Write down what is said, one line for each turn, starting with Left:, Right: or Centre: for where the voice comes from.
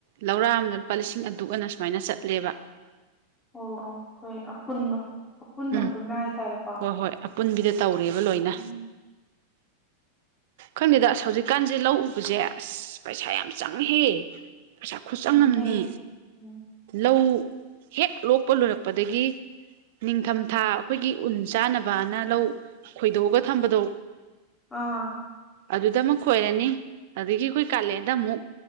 Right: ꯂꯧꯔꯥꯛ ꯑꯝꯗ ꯂꯨꯄꯥ ꯂꯤꯁꯤꯡ ꯑꯗꯨꯛ ꯑꯅ ꯁꯨꯃꯥꯏꯅ ꯆꯠꯂꯦꯕ
Left: ꯑꯣ <unintelligible> ꯍꯣꯏ ꯑꯄꯨꯟ ꯑꯄꯨꯟꯅ
Right: ꯎꯝ
Left: ꯄꯨꯟꯅ ꯍꯥꯏꯇꯥꯔꯦꯀꯣ
Right: ꯍꯣꯏ ꯍꯣꯏ ꯑꯄꯨꯟꯕꯤꯗ ꯇꯧꯔꯦꯕ ꯂꯣꯏꯅ
Left: ꯎꯝ
Right: ꯈꯪꯗꯦꯗ ꯑꯁ ꯍꯧꯖꯤꯛꯀꯥꯟꯖ‌ꯦ ꯂꯧ ꯎꯕꯖ‌ꯦ ꯑꯁ ꯄꯩꯁꯥ ꯌꯥꯝ ꯆꯪꯉꯤꯍꯦ ꯄꯩꯁꯥ ꯈꯨꯠꯆꯪꯑꯝꯅꯤ
Left: ꯑꯗꯨꯅꯦ ꯎꯝ
Right: ꯂꯧ ꯍꯦꯛ ꯂꯣꯛꯄ ꯂꯣꯏꯔꯛꯄꯗꯒꯤ ꯅꯤꯡꯊꯝꯊꯥ ꯑꯩꯈꯣꯏꯒꯤ ꯎꯟ ꯆꯥꯅꯕꯅ ꯂꯧ ꯈꯣꯏꯗꯣꯛꯑꯒ ꯊꯝꯕꯗꯣ
Left: ꯑ
Right: ꯑꯗꯨꯗ ꯑꯃꯨꯛ ꯈꯣꯏꯔꯅꯤ ꯑꯗꯨꯗꯒꯤ ꯑꯩꯈꯣꯏ ꯀꯥꯂꯦꯟꯗ ꯑꯃꯨꯛ